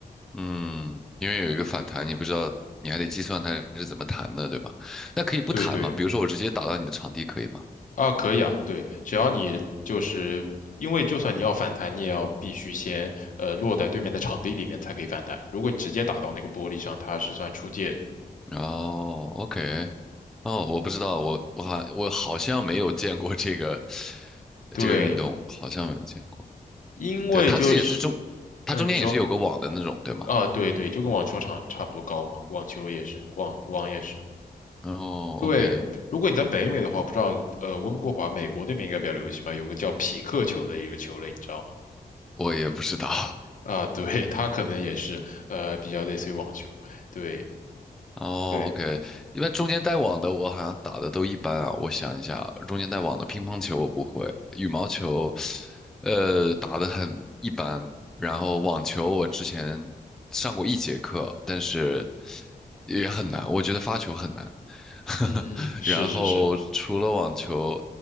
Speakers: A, in the centre; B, on the left.
A: 嗯，因为有一个反弹，你不知道，你还得计算它是怎么弹的，对吧？那可以不弹吗？
B: 对对
A: 比如说我直接打到你的场地可以吗？
B: 啊，可以啊，对，只要你就是因为就算你要反弹，你也要必须先呃落在对面的场地里面才可以反弹。如果你直接打到那个玻璃上，它是算出界的。
A: 哦，OK，哦，我不知道，我我好我好像没有见过这个
B: 对，
A: 这个运动，好像没有见过。
B: 因为就是，
A: 对，它这也是中，它中间也是有个网的那种，
B: 那你说
A: 对吗？
B: 啊，对对，就跟网球场差不多高嘛，网球也是，网网也是。
A: 哦，OK，
B: 对，如果你在北美的话，不知道呃温哥华美国那边应该比较流行吧，有个叫匹克球的一个球类，你知道吗？
A: 我也不知道。
B: 啊，对，它可能也是呃比较类似于网球，对。
A: 哦，OK，
B: 对，
A: 一般中间带网的我好像打的都一般啊。我想一下，中间带网的乒乓球我不会，羽毛球，呃，打的很一般。然后网球我之前上过一节课，但是也很难，我觉得发球很难。<laughs>
B: 嗯嗯，是是是，
A: 然后除了网球，